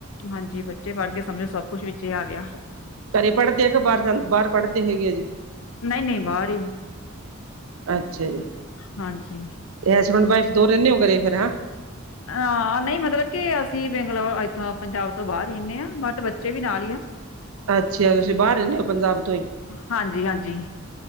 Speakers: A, on the left (about 70°); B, on the right (about 80°).
A: ਹਾਂਜੀ ਬੱਚੇ ਪੜ੍ਹ ਗਏ ਸਮਝੋ ਸਭ ਕੁਛ ਵਿੱਚ ਹੀ ਆ ਗਿਆ।
B: ਘਰੇ ਪੜ੍ਹਦੇ ਹੈਗੇ ਬਾਹਰ ਜਾਂਦੇ ਬਾਹਰ ਪੜ੍ਹਦੇ ਹੈਗੇ ਆ ਜੇ
A: ਨਹੀਂ ਨਹੀਂ ਬਾਹਰ ਹੀ
B: ਅੱਛਾ ਜੀ।
A: ਹਾਂਜੀ।
B: ਹਸਬੈਂਡ ਵਾਈਫ ਦੋ ਰਹਿੰਦੇ ਹੋ ਘਰੇ ਫਿਰ ਹੈ।
A: ਹਾਂ ਨਹੀਂ ਮਤਲਬ ਕਿ ਅਸੀਂ ਬੰਗਲੌਰ ਇੱਥੋਂ ਪੰਜਾਬ ਤੋਂ ਬਾਹਰ ਰਦੇ ਹਾਂ ਬਟ ਬੱਚੇ ਵੀ ਨਾਲ ਹੀ ਆ।
B: ਅੱਛਾ ਤੁਸੀਂ ਬਾਹਰ ਰਹਦੇ ਹੋ ਪੰਜਾਬ ਤੋਂ ਹੀ
A: ਹਾਂਜੀ ਹਾਂਜੀ